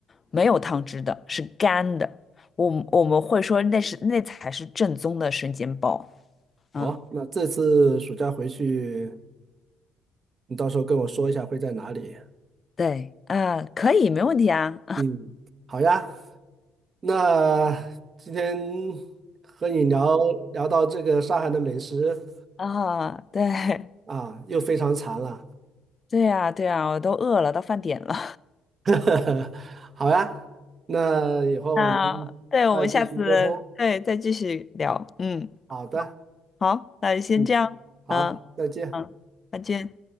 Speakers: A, on the left; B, on the right.
A: 没有汤汁的，是干的。我们我们会说那是那才是正宗的生煎包。
B: 好，
A: 嗯，
B: 那这次暑假回去，你到时候跟我说一下会在哪里。
A: 对啊、可以，没问题啊。
B: 嗯，好呀。那今天和你聊聊到这个上海的美食
A: 啊，对，
B: 啊，又非常馋了。
A: 对呀，对呀，我都饿了，到饭点了。
B: <laughs> 好呀，那以后我们再继续沟通。
A: <laughs> 那对，我们下次对再继续聊。嗯，
B: 好的，
A: 好，那就先这样。
B: 嗯，好，
A: 嗯
B: 再见。
A: 嗯，再见。